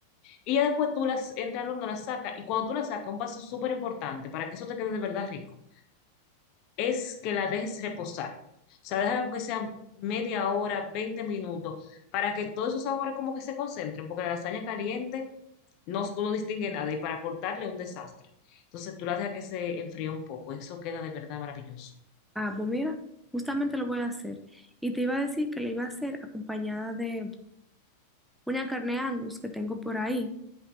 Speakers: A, on the left; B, in the centre.
A: Y ya después tú las entras al horno, las sacas. Y cuando tú las sacas, un paso súper importante para que eso te quede de verdad rico es que la dejes reposar. O sea, déjala que sea media hora, 20 minutos, para que todos esos sabores como que se concentren, porque la lasaña caliente no, tú no distingue nada y para cortarle es un desastre. Entonces tú la dejas que se enfríe un poco, eso queda de verdad maravilloso.
B: Ah, pues mira, justamente lo voy a hacer. Y te iba a decir que le iba a hacer acompañada de una carne Angus que tengo por ahí.